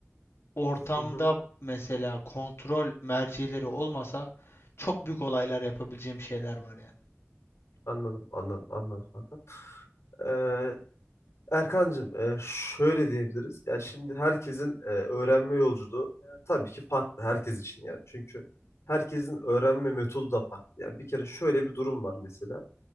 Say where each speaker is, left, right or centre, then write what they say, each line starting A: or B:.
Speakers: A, on the left (about 65°); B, on the left (about 85°).
A: ortamda
B: Hı hı.
A: mesela kontrol mercileri olmasa çok büyük olaylar yapabileceğim şeyler var yani.
B: Anladım, anladım, anladım kanka. Ee, Erkancığım, e, şöyle diyebiliriz. Ya şimdi herkesin e, öğrenme yolculuğu e, tabii ki farklı herkes için yani. Çünkü herkesin öğrenme metodu da farklı. Yani bir kere şöyle bir durum var mesela.